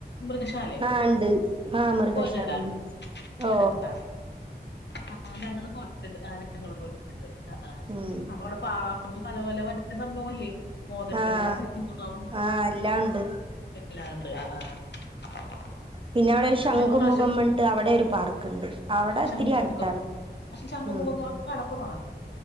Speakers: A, on the left (about 85°); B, on the right (about 30°).
A: മൃഗശാലെ
B: ആഹ് ഇണ്ട് ആഹ് മൃഗശാല
A: പോയിട്ടുണ്ടാ
B: ഇണ്ട്
A: പോയിട്ടുണ്ടാ
B: ഓ
A: ആ ഞങ്ങളും പോയിട്ടുണ്ട് ആ ഞങ്ങളും പോയിട്ടുണ്ട് ആ ആ
B: ഉം
A: അവിടെ പാമ്പ് മ്പോ പല പല പല റ്റേ സംഭവങ്ങളില്ലേ മൊതല,
B: ആഹ്
A: സിംഹം
B: ആഹ് എല്ലാം ഉണ്ട്
A: എല്ലാ <unintelligible>
B: പിന്നെ അവിടെ ഒരു ശംഖുമുഖം
A: ഞാൻ പ്രാവശ്യം
B: പട്ട് അവിടൊരു പാർക്കുണ്ട് അവിടെ ഇത്തിരി
A: ശംഖുമുഖം
B: അടുത്താണ്
A: പക്ഷെ ശംഖുമുഖം
B: ഉം
A: എന്ന് പറഞ്ഞാൽ കടപ്പുറമാണ്